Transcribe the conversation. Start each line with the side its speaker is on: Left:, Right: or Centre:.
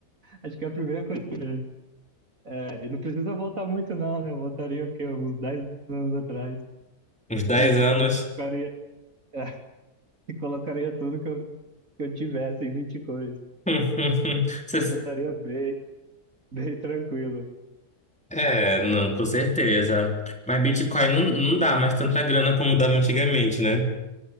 Right: acho que é a primeira coisa que vem. É, e não precisa voltar muito, não, né? Eu voltaria o quê? Uns 10 anos atrás.
Centre: Uns dez
Right: E
Centre: anos.
Right: colocaria, <laughs> e colocaria tudo que eu, que eu tivesse em bitcoins.
Centre: <laughs> Você
Right: Eu estaria bem, bem tranquilo.
Centre: É, não, com certeza. Mas Bitcoin não, não dá mais tanta grana como dava antigamente, né?